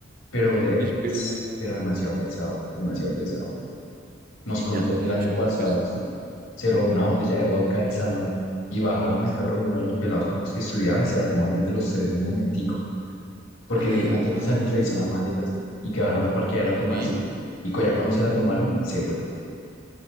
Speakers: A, on the left; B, on the right.
A: pero, o sea,
B: Ish, pero
A: s-
B: se
A: pero
B: dan
A: demasiado
B: garra.
A: pesado, demasiado pesado. Nos
B: Sí,
A: contó
B: ya es mucho.
A: que el año pasado,
B: Y pues,
A: sí, se robó una botella de vodka del salón y bajaron al carro de uno de los pelados con los que estudiaba y se la tomaron entre los tres en un momentico, porque
B: ay,
A: antes
B: mano.
A: de salir revisan las maletas y que bajaron al parqueadero a tomársela.
B: ¿Sí?
A: Y cu- ya cuando se la tomaron, se fueron.